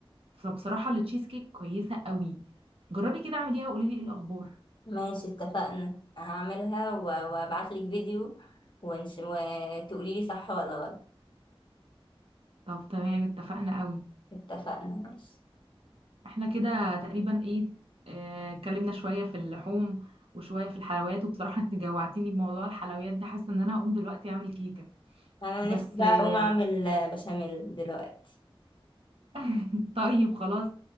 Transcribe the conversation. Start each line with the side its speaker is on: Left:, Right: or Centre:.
Right: فبصراحة التشيز كيك كويسة قوي جربي كده اعمليها وقولي لي ايه الاخبار
Left: ماشي اتفقنا هعملها و- وابعتلك فيديو ونش... وتقولي لي صح ولا غلط
Right: طب تمام اتفقنا قوي
Left: اتفقنا ماشي
Right: احنا كده تقريبا ايه آه، اتكلمنا شوية في اللحوم وشوية في الحلويات وبصراحة انت جوعتيني بموضوع الحلويات ده حاسة ان انا هقوم دلوقتي اعمل كيكة
Left: انا
Right: بس
Left: نفسي بقى
Right: آه،
Left: اقوم اعمل بشاميل دلوقتي
Right: <laughs> طيب خلاص